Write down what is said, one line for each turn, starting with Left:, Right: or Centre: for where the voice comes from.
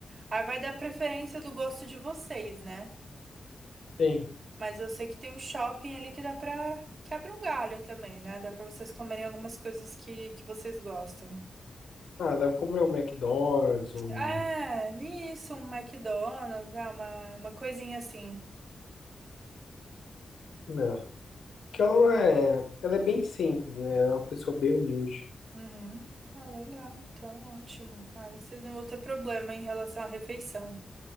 Right: Aí vai dar preferência do gosto de vocês, né?
Left: Sim.
Right: Mas eu sei que tem um shopping ali que dá pra. Quebra um galho também, né? Dá pra vocês comerem algumas coisas que, que vocês gostam.
Left: Ah, dá pra comer um McDonald's, um.
Right: É, isso, um McDonald's, né? Uma, uma coisinha assim.
Left: Não. que ela não é. Ela é bem simples, né? Ela é uma pessoa bem humilde.
Right: Uhum. Ah, legal. Então, ótimo. Aí vocês não vão ter problema em relação à refeição,